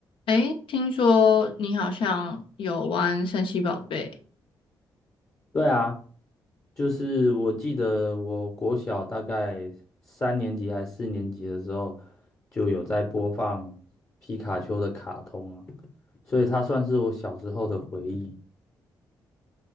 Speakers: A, on the left; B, on the left.
A: 诶，听说你好像有玩神奇宝贝，
B: 对啊，就是我记得我国小大概三年级还四年级的时候，就有在播放皮卡丘的卡通啊，所以它算是我小时候的回忆。